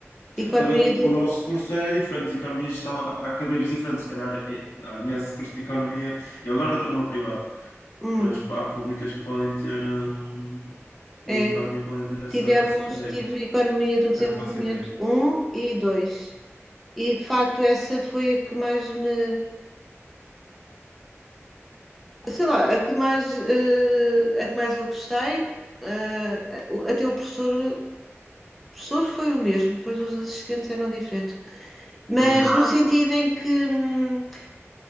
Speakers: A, in the centre; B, on the left.
A: Economia
B: Também
A: do.
B: o nosso curso era diferente, de economia e gestão há há cadeiras diferentes, se calhar é- na- nesse curso de economia, eu agora estou numa privada,
A: Hum,
B: mas há públicas que podem ter, hum, em
A: é.
B: economia podem ter essa,
A: Tivemos,
B: essa cadeira,
A: tive Economia do
B: por
A: Desenvolvimento
B: acaso faço ideia.
A: um e 2 E de facto essa foi a que mais me. Sei lá, a que mais, eh, a que mais eu gostei. Eh, o- até o professor. O professor foi o mesmo, pois os assistentes eram diferentes. Mas
B: Uhum.
A: no sentido em que. hum,